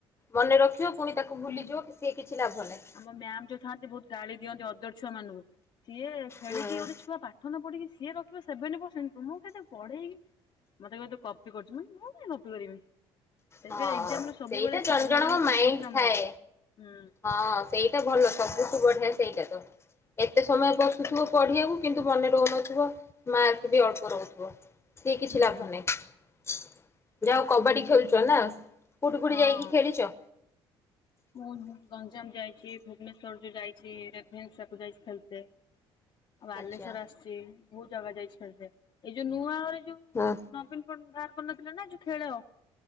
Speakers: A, on the left; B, on the left.
A: ମନେ ରଖିବ ପୁଣି ତାକୁ ଭୁଲିଯିବ କି ସିଏ କିଛି ଲାଭ ନାହିଁ
B: ଆମ ମ୍ୟାାମ ଯୋଉ ଥାନ୍ତି ବହୁତ ଗାଳି ଦିଅନ୍ତି ଅଦର ଛୁଆ ମାନଙ୍କୁ ସିଏ ଖେଳିକି
A: ହୁଁ
B: ଗୋଟେ ଛୁଆ ପା ଠ ନ ପଢିକି ସିଏ ରଖିବ ସେଭେଣ୍ଟି ପର୍ସେଣ୍ଟ ତୁମକୁ କେତେ ପଢେଇକି ମତେ କହିବେ ତୁ କପି କରୁଚୁ ମୁଁ କଇମି ମୁଁ କାହିଁ କପି କରିମି ସେଥିପାଇଁ
A: ହଁ
B: ଏକ୍ଜାମ ରୁ ସବୁବେଳେ
A: ସେଇଟା
B: ସାର
A: ଜଣ ଜଣଙ୍କ
B: ମ୍ୟାଡମ
A: ମାଇଣ୍ଡ
B: ଫୋକସ ଟା
A: ଥାଏ।
B: ମୋର ଥିବ ହୁଁ
A: ହଁ ସେଇଟା ଭଲ ସବୁୁଠୁ ବଢିଆ ସେଇଟା ତ। ଏତେ ସମୟ ବସୁଥିବ ପଢିବାକୁ କିନ୍ତୁ ମନେ ରହୁନଥିବ ମାର୍କ ବି ଅଳ୍ପ ରହୁଥିବ। ସିଏ କିଛି
B: ହୁଁ
A: ଲାଭ ନାଇଁ ଯାହା ହଉ କବାଡି ଖେଳୁଚ ନା କୋଉଠି କୋଉଠି
B: ହଁ।
A: ଯାଇକି ଖେଳିଚ?
B: ମୁଁ ଗଞ୍ଜାମ ଯାଇଚି ଭୁବନେଶ୍ଵର ଯୋ ଯାଇଛି ରେଭେନ୍ସାକୁ ଯାଇଛି ଖେଳତେ। ଆଉ ବାଲେଶ୍ଵର
A: ଆଚ୍ଛା।
B: ଆସିଚି ବହୁତ ଜାଗା ଯାଇଚି ଖେଳଥେ ଏଇ ଯୋଉ ନୂଆ ଘରେ ଯୋଉ
A: ହଁ।
B: ନବୀନ ପଟ୍ଟ ବାହାର କରିନଥିଲେ ନା ଯୋଉ ଖେଳ